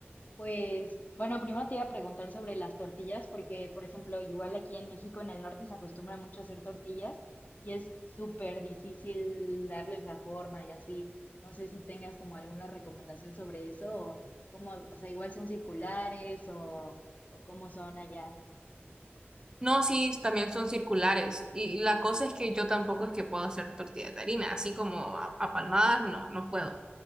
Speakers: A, on the left; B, on the right.
A: Pues bueno, primero te iba a preguntar sobre las tortillas, porque por ejemplo, igual aquí en México, en el norte, se acostumbra mucho a hacer tortillas y es súper difícil darles la forma y así. No sé si tengas como alguna recomendación sobre eso o cómo, o sea, igual son circulares o, o cómo son allá.
B: No, sí, también son circulares. Y la cosa es que yo tampoco es que puedo hacer tortilla de harina, así como a, a palmadas, no, no puedo.